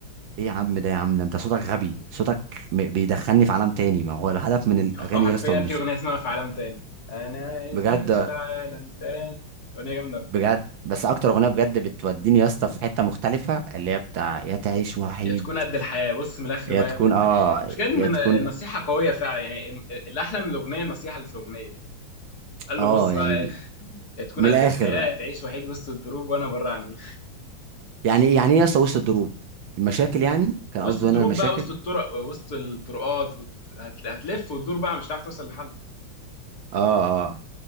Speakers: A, on the right (about 70°); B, on the left (about 50°).
A: ايه يا عم ده يا عم ده انت صوتك غبي صوتك م- بيدخلني في عالم تاني ما هو الهدف من الاغاني
B: <laughs> حرفيا
A: يا اسطى والموسيقى
B: في اغنيه اسمها في عالم تاني انا عايز
A: بجد
B: اعيش في عالم تاني اغنيه جامده أوي.
A: بجد بس اكتر اغنيه بجد بتوديني يا اسطى في حته مختلفه اللي هي بتاع يا تعيش وحيد
B: يا تكون قد الحياة بص من الآخر
A: يا
B: بقى
A: تكون
B: يا ابني <laughs>
A: اه
B: المشكلة إن
A: يا تكون
B: النصيحة قوية فعلا يعني الأحلى من الأغنية النصيحة اللي في الأغنية قال
A: اه
B: له بص بقى
A: يعني
B: يا تكون
A: من
B: قد
A: الاخر
B: الحياة يا تعيش وحيد وسط الدروب وأنا بره عني
A: يعني ايه يعني ايه يا اسطى وسط الدروب المشاكل يعني كان
B: وسط
A: قصده
B: الدروب
A: هنا المشاكل
B: بقى وسط الطرق وسط الطرقات وت... هت... هتلف وتدور بقى مش هتعرف توصل لحل
A: اه اه